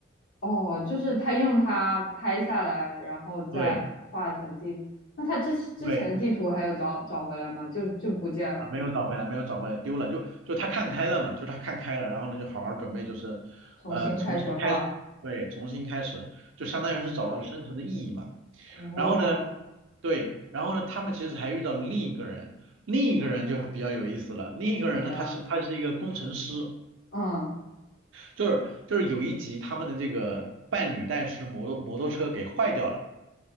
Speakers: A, on the left; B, on the right.
A: 哦，就是他用它拍下来，然后再画成地图。
B: 对
A: 那他之之前的地图还有找找回来吗？
B: 对。
A: 就就不见了，
B: 啊，没有找回来，没有找回来，丢了，就就他看开了嘛，就他看开了，然后呢，就好好准备，就是，
A: 重新开始画。
B: 呃，重新开始，对，重新开始，就相当于是找到了生存的意义嘛。
A: 天呐，哦，
B: 然后呢，对，然后呢，他们其实还遇到了另一个人，另一个人就比较有意思了。另一个人呢，
A: 怎样？
B: 他是他是一个工程师，
A: 嗯，
B: 就是就是有一集他们的这个伴侣带是摩托摩托车给坏掉了，